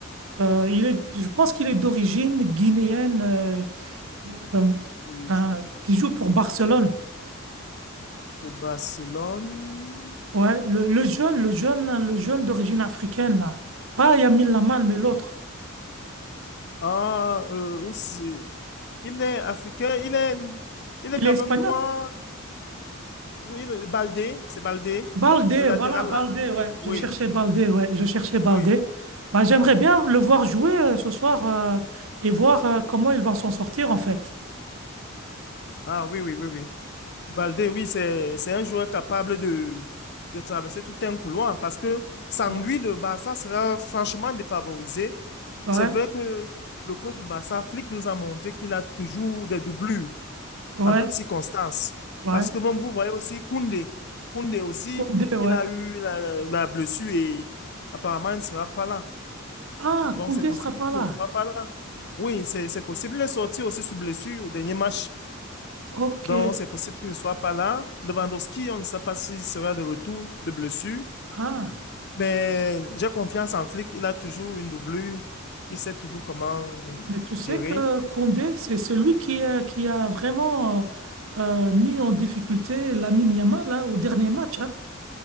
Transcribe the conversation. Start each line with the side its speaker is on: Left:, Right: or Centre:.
Right: euh, il est, je pense qu'il est d'origine guinéenne, euh, euh,
Left: pour,
Right: euh, qui joue pour Barcelone.
Left: pour Barcelone?
Right: Ouais, le, le jeune, le jeune, le jeune d'origine africaine là. Pas Lamine Lamal, mais l'autre.
Left: Ah, euh, aussi. Il est africain, il est, il
Right: Il
Left: est quand
Right: est espagnol.
Left: même noir. Oui, le- Baldé, c'est Baldé,
Right: Baldé,
Left: le latéral
Right: voilà, Baldé,
Left: là.
Right: ouais.
Left: Oui,
Right: Je cherchais Baldé, ouais. Je cherchais Baldé.
Left: oui.
Right: Bah, j'aimerais bien le voir jouer euh, ce soir euh, et voir euh, comment ils vont s'en sortir, en fait.
Left: Ah oui, oui, oui, oui. Baldé, oui, c'est, c'est un joueur capable de, de traverser tout un couloir parce que sans
Right: Ouais,
Left: lui, le Barça sera franchement défavorisé.
Right: ouais,
Left: C'est vrai que le coach du Barça, Flick, nous a montré qu'il a toujours des doublures.
Right: ouais.
Left: en toutes circonstances.
Right: ouais.
Left: Parce que même vous voyez aussi Koundé. Koundé aussi,
Right: Koundé, ouais.
Left: il a eu la, la- la blessure et apparemment il ne sera pas là.
Right: Ah,
Left: Donc
Right: Koundé
Left: c'est possible
Right: sera pas
Left: qu'il
Right: là.
Left: ne sera pas là. Oui, c'est c'est possible. Il est sorti aussi sur blessure au dernier match.
Right: Ok.
Left: Donc c'est possible qu'il ne soit pas là. Lewandowski, on ne sait pas s'il sera de retour de blessure.
Right: Ah,
Left: Mais j'ai confiance en Flick. Il a toujours une doublure. Il sait toujours comment
Right: mais tu sais
Left: gérer.
Right: que Koundé, c'est celui qui, euh, qui a vraiment euh, euh, mis en difficulté Lamine Yamal là, au dernier match. hein.